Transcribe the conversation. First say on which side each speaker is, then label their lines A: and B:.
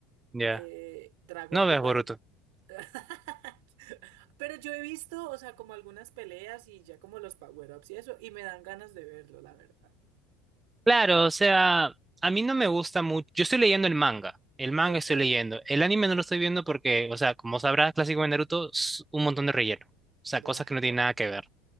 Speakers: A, on the right; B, on the right.
A: ya.
B: eh, Dragon
A: No veas
B: Ball.
A: Boruto.
B: <laughs> Pero yo he visto, o sea, como algunas peleas y ya como los power-ups y eso, y me dan ganas de verlo, la verdad.
A: Claro, o sea, a mí no me gusta mucho. Yo estoy leyendo el manga. El manga
B: Ok,
A: estoy leyendo. El anime no lo estoy viendo porque, o sea, como sabrás, clásico de Naruto, es un montón de relleno. O sea,
B: da.
A: cosas que no tienen nada que ver.